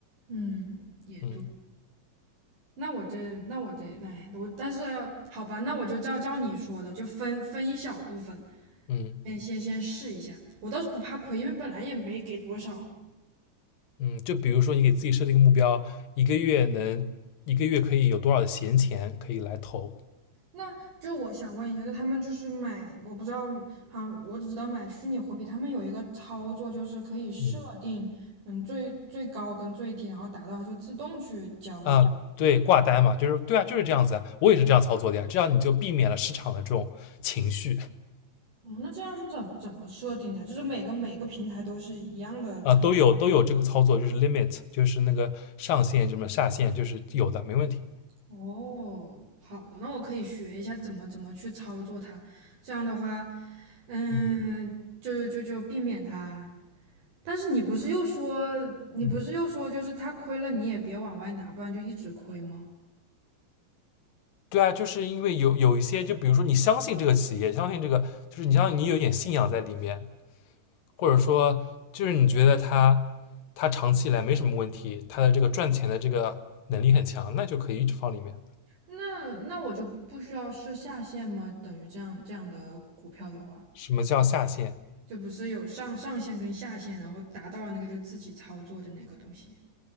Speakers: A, on the right; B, on the left.
A: 嗯，也对。
B: 嗯
A: 那我这，那我得，哎，我但是好吧，那我就照照你说的，就分分一小部分，
B: 嗯。
A: 先先先试一下。我倒是不怕亏，因为本来也没给多少。
B: 嗯，就比如说你给自己设定一个目标，一个月能一个月可以有多少的闲钱可以来投？
A: 那就我想问一下，就他们就是买，我不知道，好像我只知道买虚拟货币，他们有一个操作就是可以设定，
B: 嗯
A: 嗯，最最高跟最低，然后达到它就自动去交易。
B: 啊，对，挂单嘛，就是对啊，就是这样子啊我也是这样操作的呀，这样你就避免了市场的这种情绪
A: 哦，那这样是怎怎么设定的？就是每个每个平台都是一样的操。
B: 啊，都有都有这个操作，就是 limit，就是那个上限什么下限，就是有的，没问题。
A: 哦，好的，那我可以学一下怎么怎么去操作它。这样的话，嗯，
B: 嗯
A: 就就就避免它。但是你不是又说，你不是又说，
B: 嗯，
A: 就是它亏了你也别往外拿，不然就一直亏吗？
B: 对啊，就是因为有有一些，就比如说你相信这个企业，相信这个，就是你像你有一点信仰在里面，或者说就是你觉得他他长期以来没什么问题，他的这个赚钱的这个能力很强，那就可以一直放里面。
A: 那那我就不需要设下限吗？等于这样这样的股票的话，
B: 什么叫下限
A: 就不是有上上限跟下限，然后达到了那个就自己操作的那个东西。